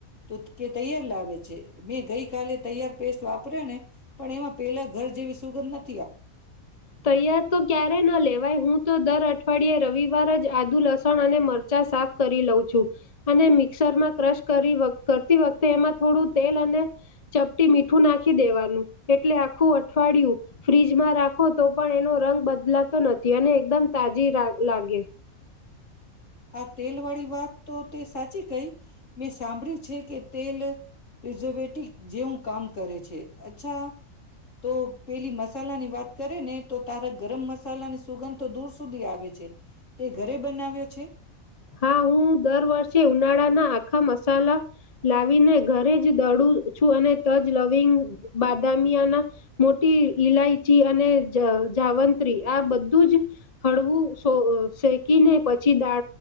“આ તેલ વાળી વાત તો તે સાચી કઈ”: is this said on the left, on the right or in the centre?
Left